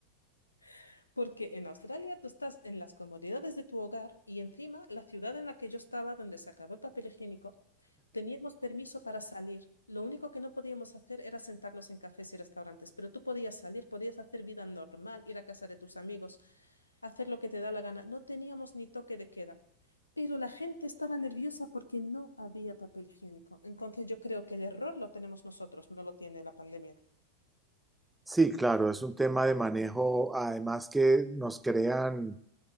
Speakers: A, on the left; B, in the centre.
A: <laughs> porque en Australia tú estás en las comodidades de tu hogar y encima la ciudad en la que yo estaba, donde se acabó el papel higiénico, Teníamos permiso para salir. Lo único que no podíamos hacer era sentarnos en cafés y restaurantes, pero tú podías salir, podías hacer vida normal, ir a casa de tus amigos, hacer lo que te da la gana. No teníamos ni toque de queda. Pero la gente estaba nerviosa porque no había papel higiénico. Entonces yo creo que el error lo tenemos nosotros, no lo tiene la pandemia.
B: Sí, claro, es un tema de manejo, además que nos crean,